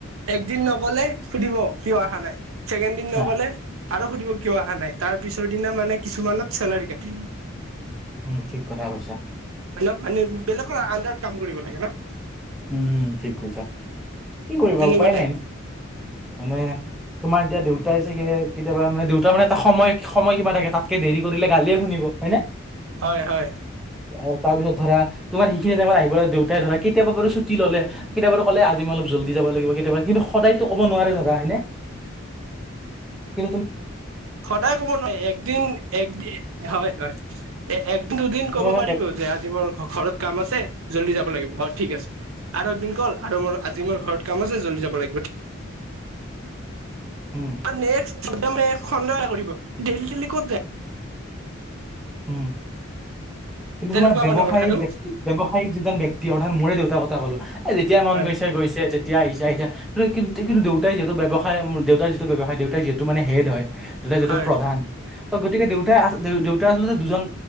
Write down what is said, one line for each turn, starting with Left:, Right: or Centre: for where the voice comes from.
Right: একদিন নগ'লে, সুধিব, কিয় অহা নাই। চেকেণ্ড দিন, নগ'লে
Centre: হা,
Right: আৰু, সুধিব, কিয় অহা নাই। তাৰ পিছৰ দিনা, মানে, কিছুমানত, চেলাৰী কাটি
Centre: উম, ঠিক কথা কৈছা।
Right: <unintelligible> মানে, বেলেগৰ আণ্ডাৰত, কাম কৰিব লাগে, ন।
Centre: উম, ঠিক কৈছা। কি কৰিবা,
Right: তেনেকুৱা
Centre: উপায়
Right: টাইপ
Centre: নাই, ন, মানে। তোমাৰ, এতিয়া, দেউতাই, চাগে, কেতিয়াবা, মানে, দেউতা, মানে, এটা সময় সময় সীমা থাকে, তাতকে, দেৰি কৰিলে, গালিয়ে শুনিব, হয়, নে।
Right: হয়, হয়।
Centre: আৰু, তাৰ পিছত, ধৰা, তোমাৰ, সিখিনি টাইমত আহিবলৈ, দেউতাই, ধৰা, কেতিয়াবা, বাৰ ছুটি ল'লে, কেতিয়াবা, ক'লে, আজি, মই, অলপ, জল্দি যাবা লাগিব। কেতিয়াবা, কিন্তু, সদায়তো, ক'ব নোৱাৰে, ধৰা, হয়, নে।
Right: <inaudible>
Centre: কিন্ত, তুমি
Right: সদায়, ক'ব নোৱাৰি। একদিন, এক হয়, হয়। এ, একদিন, দুদিন,
Centre: তোমাৰ
Right: ক'ব
Centre: মানে
Right: পাৰিব যে, আজি, মোৰ ঘৰত কাম আছে, জল্দি যাব লাগিব। অ', ঠিক আছে। আৰু, এদিন, <unintelligible> আৰু, মোৰ, আজি, মোৰ ঘৰত কাম আছে, জল্দি যাব লাগিব।
Centre: উম
Right: <unintelligible>
Centre: হুম কিন্তু
Right: তেনেকুৱা
Centre: তোমাৰ ব্যৱসায়ী
Right: মানে কথাটো
Centre: ব্যক্তি ব্যৱসায়িক যিজন ব ব্যক্তি অৰ্থাৎ মোৰে দেউতাৰ কথা কলো এ যেতিয়া মন
Right: হয়
Centre: গৈছে গৈছে তেতিয়া আহিছে আহিা কি কিন্তুউতাই যিহেতু্ৱসায় দেউতাৰ যিটো ব্যৱসায় দেউতাই যিহেতু মানে হেড হয় দেউতাই যিহেত
Right: হয়
Centre: প্ৰধান ত গতিকে দেউতাই আ দেউতাই আচলতে দুজন